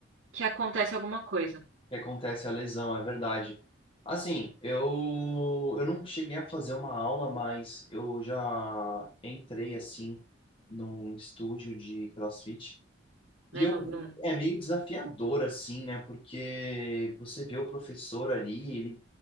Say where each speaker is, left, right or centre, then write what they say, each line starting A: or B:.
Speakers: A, on the right (about 85°); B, on the left (about 25°).
A: que acontece alguma coisa,
B: Que acontece a lesão, é verdade. Assim, eu, eu não cheguei a fazer uma aula, mas eu já entrei, assim, num estúdio de CrossFit. E
A: né?
B: eu,
A: No, no-
B: é meio desafiador, assim, né? Porque você vê o professor ali, ele